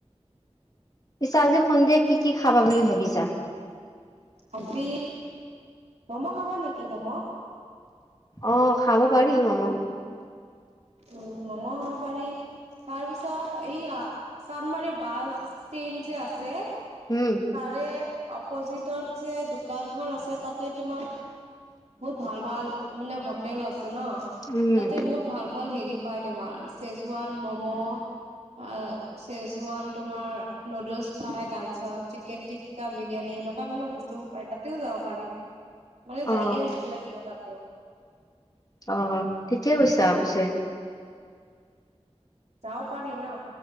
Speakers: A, on the left; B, on the right.
A: পিছে আজি সন্ধিয়া কি কি খাবা বুলি ভাবিছা?
B: আজি ম'ম' খাবা নেকি ম'ম'?
A: অ খাব পাৰি ম'ম।
B: উম ম'ম' খাব পাৰি। তাৰ পিছত এই চানমাৰি বাছ ষ্টেণ্ড যে আছে।
A: উম।
B: তাৰে অপজিতত যে দোকানখন আছে তাতে তোমাক। বহুত ভাল ভাল মানে হোটেল আছে ন,
A: উম
B: তাতে বহুত ভাল ভাল হেৰি পায় তোমাৰ, চেজুৱান ম'ম'। আ চেজুৱান, তোমাৰ নুডলছ পাই, তাৰপিছত চিকেন টিক্কা, বিৰিয়ানী, এনেকুৱা ধৰণৰ বস্তু পায় তাতেও যাব পাৰি। মানে
A: অ
B: যাই কিনে ভাল লাগিব তাতেও।
A: অ'কেতিয়া গৈছা পিছে।
B: যাব পাৰি ন।